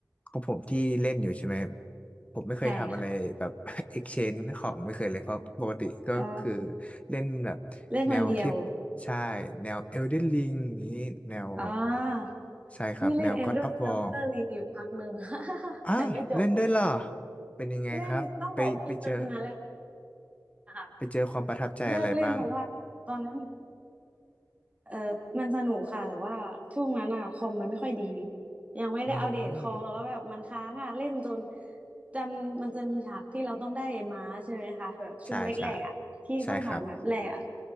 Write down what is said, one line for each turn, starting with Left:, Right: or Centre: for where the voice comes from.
Left: ของผมที่เล่นอยู่ใช่ไหม ผมไม่เคยทำอะไรแบบ
Right: ใช่ค่ะ
Left: <laughs> exchange ของไม่เคยเลยเพราะปกติก็คือ
Right: อ๋อ
Left: เล่นแบบ
Right: เล่นคนเดียว
Left: แนวที่ใช่แนว Elden Ring อย่างนี้แนว
Right: อ่า
Left: ใช่ครับแนว
Right: นี่เล่น Ender
Left: God of War
Right: Elder Ring อยู่พักหนึ่ง <laughs>
Left: อ้าวเล่นด้วยเหรอ
Right: แต่ไม่จบ
Left: เป็นยังไงครับไปไปเจอ
Right: เล่นตั้งแต่ที่มันมาเล่นอะค่ะ
Left: ไปเจอความประทับใจอะไรบ้าง
Right: เลิกเล่นเพราะว่าตอนนั้นเออมันสนุกค่ะแต่ว่าช่วงนั้นอะคอมมันไม่ค่อยดียังไม่ได้อัปเดตคอมแล้วแบบมันค้างอะเล่นจน
Left: อืม
Right: จำมันจะมีฉากที่เราต้องได้ไอ้ม้าใช่ไหมคะแบบช่วงแรกๆอะที่ต้องผ่านแบบแรกอะ
Left: ใช่ใช่ใช่ครับ